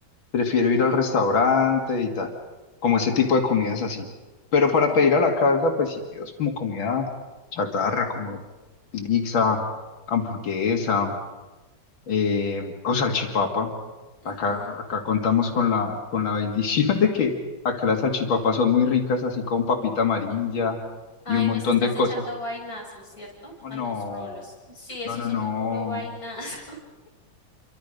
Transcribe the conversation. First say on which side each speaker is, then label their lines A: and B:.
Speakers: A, on the left; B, on the left.
A: Prefiero ir al restaurante y tal, como ese tipo de comidas así. Pero para
B: Ujú,
A: pedir a la casa, pues sí pido es como comida chatarra, como pizza, hamburguesa, eh, o salchipapa.
B: ujú.
A: Acá, acá contamos con la, con la bendición <laughs> de que acá las salchipapas son muy ricas, así con papita amarilla
B: Ay,
A: y un montón
B: nos estás
A: de cosas.
B: echando vainazos, ¿cierto?
A: Oh,
B: A
A: no,
B: los rolos. Sí, eso
A: no, no,
B: es uno
A: no,
B: puro vainazo.